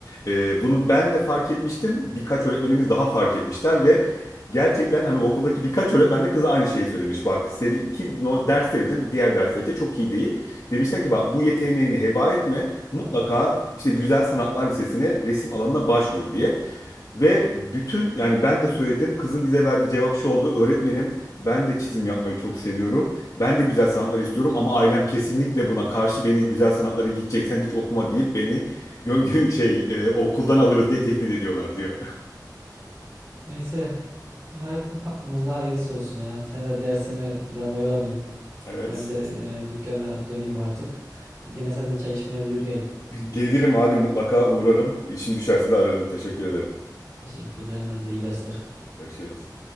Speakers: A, on the left; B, on the right.
A: E, bunu ben de fark etmiştim. Birkaç öğretmenimiz daha fark etmişler ve gerçekten hani okuldaki birkaç öğretmen de kıza aynı şeyi söylemiş. Bak seninki no, derslerden diğer dersleri de çok iyi değil. Demişler ki bak bu yeteneğini heba etme. Mutlaka işte Güzel Sanatlar Lisesi'ne resim alanına başvur diye. Ve bütün yani ben de söyledim kızın bize verdiği cevap şu oldu. Öğretmenim ben de çizim yapmayı çok seviyorum. Ben de güzel sanatlar istiyorum ama ailem kesinlikle buna karşı beni güzel sanatlara gideceksen hiç okuma deyip beni gö- <laughs> şey e, okuldan alırız diye tehdit ediyorlar diyor. <laughs>
B: Neyse hay- hakkımızda hayırlısı olsun ya. Sen de dersini ben oyalamayayım.
A: Evet.
B: Ben de e, dükkana döneyim artık. Yine sen de çay içmeye buyur gel.
A: Gelirim abi mutlaka uğrarım. İşim düşerse de ararım. Teşekkür ederim.
B: Teşekkür ederim. Ben de iyi dersler.
A: Görüşürüz.